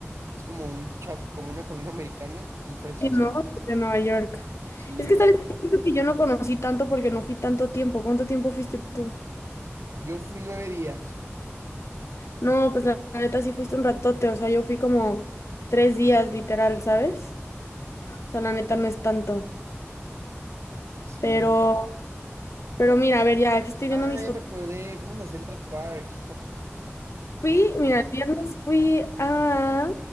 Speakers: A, on the right; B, on the left.
A: es como un chap, como una colonia americana, sí, fresas.
B: sí, ¿no? De Nueva York.
A: Sí,
B: Es que
A: la
B: sabes
A: neta.
B: Siento que yo no conocí tanto porque no fui tanto tiempo. ¿Cuánto tiempo fuiste tú?
A: Yo fui nueve días.
B: No, pues la, la neta sí fuiste un ratote, o sea, yo fui como tres días literal, ¿sabes? O sea, la neta no es tanto,
A: Sí.
B: pero, pero mira, a ver, ya, que estoy
A: Ah,
B: viendo mis
A: ya
B: fotos.
A: me acordé. Fuimos a Central Park.
B: Fui,
A: <laughs>
B: mira, el viernes fui a,